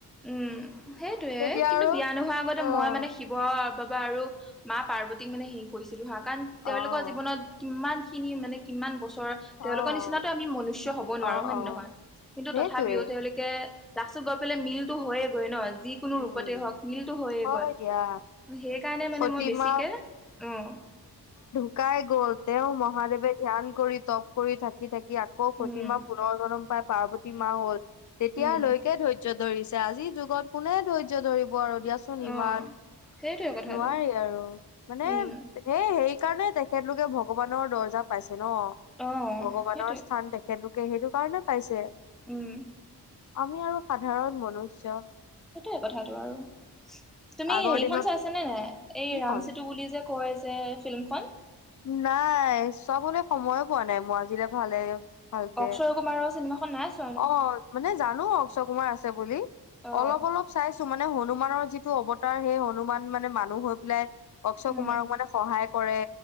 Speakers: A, in the centre; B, on the left.
A: উম সেইটোৱে,
B: এতিয়া
A: কিন্তু
B: আৰু
A: বিয়া নোহোৱাৰ আগতে
B: অ'।
A: মই মানে শিব ব বাবা আৰু মা পাৰ্বতীক মানে হি কৰিছিলো হা, কাৰণ তেওঁলোকৰ
B: অ',
A: জীৱনত কিমান খিনি মানে কিমান বছৰ
B: অ',
A: তেওঁলোকৰ নিচিনাতো আমি মনুষ্য হ'ব
B: অ',
A: নোৱাৰো হয় নে
B: অ',
A: নহয়, কিন্তু
B: সেইটোৱে,
A: তথাপিও তেওঁলোকে কে লাষ্টত গৈ পেলাই মিলটো হয়েগৈ ন যি কোনো
B: উম,
A: ৰূপতে হওঁক মিলটো হৈয়ে
B: হয়
A: গৈ।
B: দিয়া।
A: সেইকাৰণে মানে
B: সতীমা
A: মই বেছিকে অঁ
B: শুকাই গল, তেওঁ মহাদেৱে ধ্যান কৰি তপ কৰি থাকি থাকি আকৌ প্ৰতিমা
A: উম
B: প পুনৰ জনম পাই পাৰ্বতী মা হ'ল, তেতিয়ালৈকে
A: উম
B: ধৈৰ্য ধৰিছে আজিৰ যুগত কোনে ধৈৰ্য ধৰিব আৰু দিয়া চোন
A: অ
B: ইমান,
A: সেইটোৱে কথাটো
B: নোৱাৰি আৰু মানে
A: উম
B: সেই সেইকাৰণে তেখেতলোকে ভগৱানৰ দৰ্জা পাইছে ন,
A: অ
B: ভগৱানৰ
A: সেইটোৱে
B: স্থান তে তেখেতে লোকে সেইটো কাৰণে পাইছে,
A: উম
B: আমি আৰু সাধাৰণ মনুষ্য।
A: সেইটোৱে কথাটো আৰু। তুমি
B: আগৰ
A: হেৰিখন
B: দিনৰ
A: চাইছানে নাই এই
B: কি
A: ৰামসেতু
B: কন
A: বুলি যে কয় যে ফিল্মখন?
B: নাই চাবলে সময়ে পোৱা নাই মই আজিলে ভালে ভালকে
A: অক্ষয় কুমাৰৰ চিনেমাখন নাচ
B: অ মানে জানো অক্ষয় কুমাৰ আছে বুলি,
A: অ
B: অলপ অলপ চাইছো মানে হনুমানৰ যিটো অৱতাৰ সেই হনুমান মানে মানুহ হৈ পেলাই অক্ষয়
A: উম
B: কুমাৰক মানে সহায় কৰে।